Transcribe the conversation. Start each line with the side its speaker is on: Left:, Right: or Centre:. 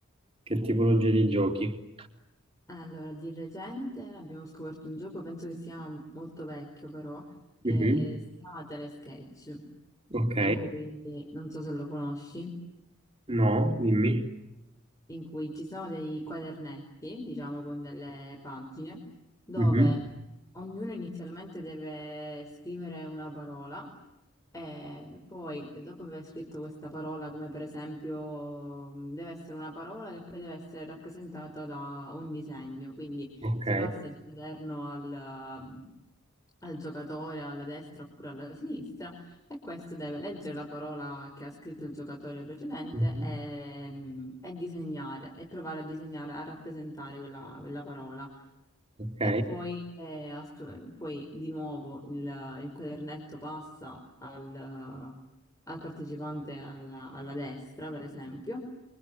Right: che tipologia di giochi?
Left: Allora, di recente abbiamo scoperto un gioco, penso che sia molto vecchio però, che
Right: Mhm.
Left: si chiama Telesketch,
Right: Ok,
Left: in cui, non so se lo conosci,
Right: no, dimmi.
Left: in cui ci sono dei quadernetti, diciamo con delle pagine, dove
Right: Mhm.
Left: ognuno inizialmente deve scrivere una parola e poi, dopo aver scritto questa parola, come per esempio, mh, deve essere una parola che poi deve essere rappresentata da un disegno, quindi
Right: Ok,
Left: si passa dal governo al, mh, al giocatore alla destra oppure alla sinistra e questo deve leggere la parola che ha scritto il giocatore precedente
Right: Mhm.
Left: e, mh, e disegnare e provare a disegnare, a rappresentare quella quella parola.
Right: ok.
Left: E poi, eh, assu- poi di nuovo il, il quadernetto passa al, al partecipante alla, alla destra, per esempio,